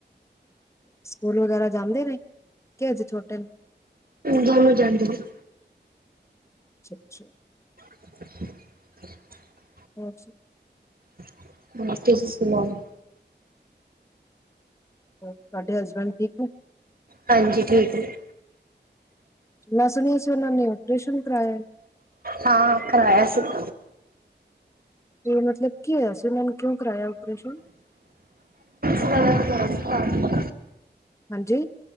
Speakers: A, on the left; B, on the right.
A: ਸਕੂਲ ਵਗੈਰਾ ਜਾੰਦੇ ਨੇ? ਕਿ ਅਜੇ ਛੋਟੇ ਨੇ
B: ਦੋਨੋ ਜਾਂਦੇ ਨੇ।
A: ਅੱਛਾ ਅੱਛਾ
B: <inaudible>
A: ਅੱਛ
B: ਸੁੱਖੇ ਦੀ ਕੁੜੀ
A: ਤੁਹਾਡੇ ਹਸਬੈਂਡ ਠੀਕ ਹੈ
B: ਹਾਂਜੀ ਠੀਕ ਹੈੀ
A: ਲੱਸਣ ਸੀ ਉਹਨਾਂ ਨੇ ਓਪਰੇਸ਼ਨ ਕਰਵਾਾਇਆ
B: ਹਾਂ ਕਰਵਾਇਆ ਸੀ <inaudible>
A: ਤੇ ਮਤਲਬ ਕੀ ਹੋਇਆ ਸੀ ਉਹਨਾਂ ਨੂੰ ਕਿਉਂ ਕਰਾਇਆ ਓਪਰੇਸ਼ਨ
B: ਹਮ
A: ਹਾਂਜੀ